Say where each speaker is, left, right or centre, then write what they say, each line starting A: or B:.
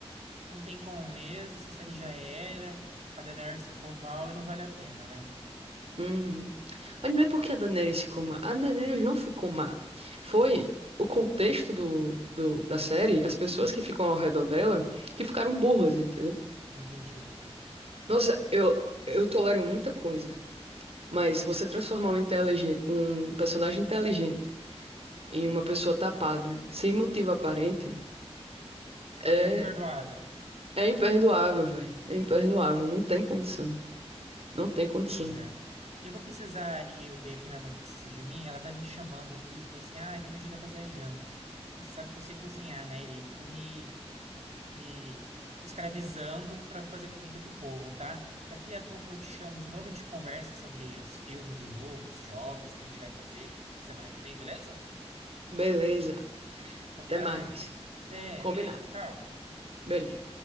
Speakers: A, on the right (about 85°); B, on the right (about 65°).
A: não tem como mesmo, essa série já era. A Daenerys ficou mal e não vale a pena, né?
B: Uhum. Mas não é porque a Daenerys ficou má. A Daenerys não ficou má. Foi o contexto do, do- da série, as pessoas que ficam ao redor dela, que ficaram burras, entendeu?
A: Entendi.
B: Nossa, eu, eu tolero muita coisa. Mas você transformar um, inteligen- um personagem inteligente em uma pessoa tapada, sem motivo aparente, é
A: Inimperdoável.
B: É imperdoável, velho. É imperdoável. Não tem condição. Não tem condição.
A: miga. eu vou precisar ali ver que minha mãe precisa de mim. Ela tá me chamando aqui falou assim: ai, vem me ajudar a fazer a janta. E você sabe que eu sei cozinhar, né? E daí ficou me me escravizando para fazer comida pro povo, tá? Daqui a pouco eu te chamo de novo, a gente conversa sobre os filmes de novo, os jogos que a gente vai fazer semana que vem, beleza?
B: Beleza.
A: Combinado?
B: Até mais.
A: Até,
B: Combinado.
A: beijo, tchau.
B: Beijo.